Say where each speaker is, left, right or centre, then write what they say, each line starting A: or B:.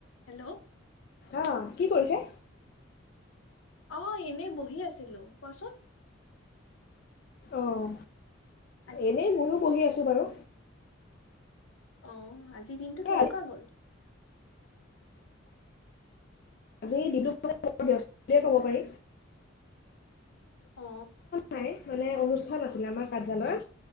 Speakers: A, on the left (about 75°); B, on the left (about 45°).
A: Hello.
B: অঁ, কি কৰিছে?
A: অ, এনে বহি আছিলো। কোৱাচোন?
B: অঁ
A: আ-
B: এনেই ময়ো পঢ়ি আছোঁ বাৰু।
A: আহ আজিৰ দিনটো
B: এই
A: কেনেকুৱা
B: আজি
A: গল।
B: আজি দিনটো ব্যস্ত বুলিয়ে ক'ব পাৰি।
A: অ
B: নাই মানে অনু <inaudible> আছিলে আমাৰ কাৰ্যালয়